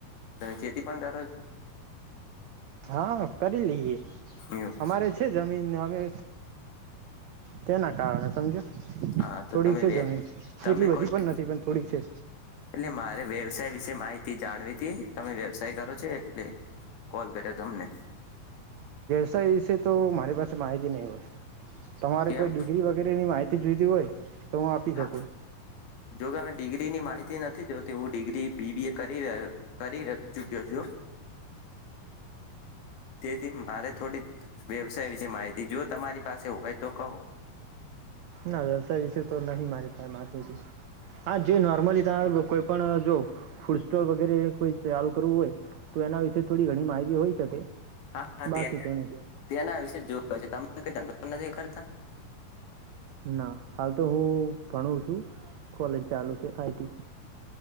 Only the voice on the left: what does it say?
તમે ખેતી પણ કરો છો.
એવું
હા તો
તમે
તમે
કોઈક
એટલે મારે વ્યવસાય વિશે માહિતી જાણવી તમે વ્યવસાય કરો છો એટલે. કોલ કર્યો તમને.
કેમ
હા
જો કેમે ડિગ્રી ની માહિતી નથી જો હું ડિગ્રી બીબી એ કરી કરી ચુક્યો છું તેથી મારે થોડી વ્યવસાય વિશે માહિતી જો તમારી પાસે હોય તો કહો.
હા હા
તે
તેના વિશે જોવ તમે જંગ નથી કરતા